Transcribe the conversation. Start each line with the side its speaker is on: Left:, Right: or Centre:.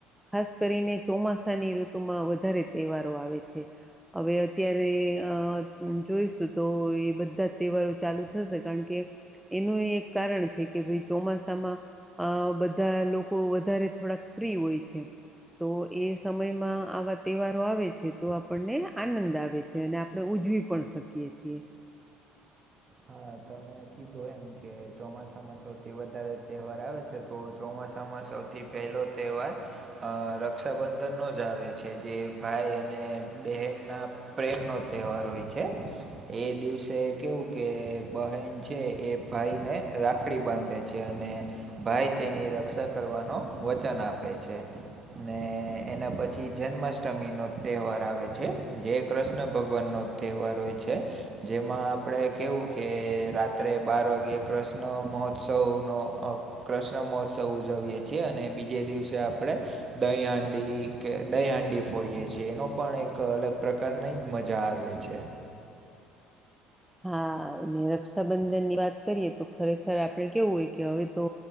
Centre: ખાસ કરીને ચોમાસાની ઋતુમાં વધારે તહેવારો આવે છે. હવે અત્યારે અ જોઈશું તો એ બધા તહેવારો ચાલુ થશે કારણ કે એનું એક કારણ છે કે ભાઈ ચોમાસામાં આ બધા લોકો વધારે થોડાક ફ્રી હોય છે. તો એ સમયમાં આવા તહેવારો આવે છે તો આપણને આનંદ આવે છે. તે અને આપણે ઉજવી પણ શકીએ છીએ
Right: હા તમે કીધો એમ કે ચોમાસામાં સૌથી વધારે ત્યોહાર આવે છે તો ચોમાસામાં સૌથી પહેલો તહેવાર રક્ષાબંધનનો જ આવે છે જે ભાઈ અને બહેનના પ્રેમ નો ત્યોહાર હોય છે એ દિવસે કેવું કે બહેન છે એ ભાઈને રાખડી બાંધે છે અને ભાઈ તેની રક્ષા કરવાનો વચન આપે છે. ને એના પછી જન્માષ્ટમી નો ત્યોહાર આવે છે જે કૃષ્ણ ભગવાન નો ત્યોહાર હોય છે જેમાં આપણે કેવું કે રાત્રે બાર વાગે કૃષ્ણ મહોત્સવનો કૃષ્ણ મહોત્સવ ઉજવીએ છીએ અને બીજે દિવસે આપણે દહી હાંડી કે દહી હાંડી ફોડીએ છે એનો પણ એક અલગ પ્રકાર નહી મજા આવે છે.
Centre: હા રક્ષાબંધન ની વાત કરીએ તો ખરેખર આપણે કેવું હોય કે હવે તો